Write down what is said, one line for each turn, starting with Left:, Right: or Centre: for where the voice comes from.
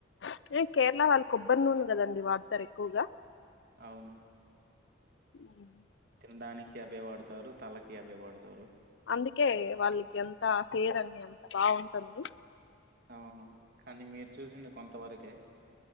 Left: స్ ఏ కేరళ వాళ్ళ కొబ్బరి నూనె కదండి వాడతరెక్కువగా
Right: అవును
Left: ఉమ్.
Right: తిండానికి కి అవే వాడుతారు తలకి అవే వాడుతారు
Left: అందుకే వాళ్ళకి అంత హేర్ అన్నీ అంత బావుంటుంది
Right: అవును కనీ మీరు చూసింది కొంతవరకే